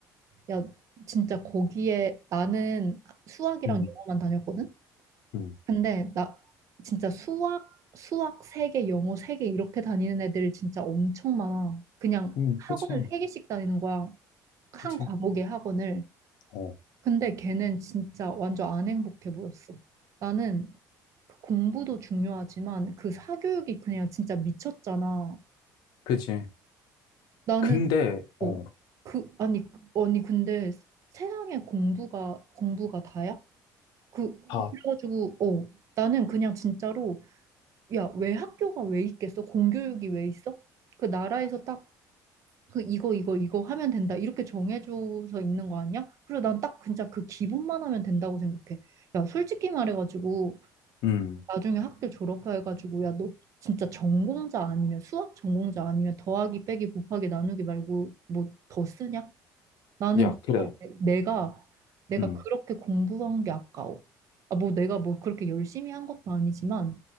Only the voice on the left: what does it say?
음,
음,
음,
그치,
그치,
어,
그치.
근데, 어,
다,
음.
야,
그래.
음.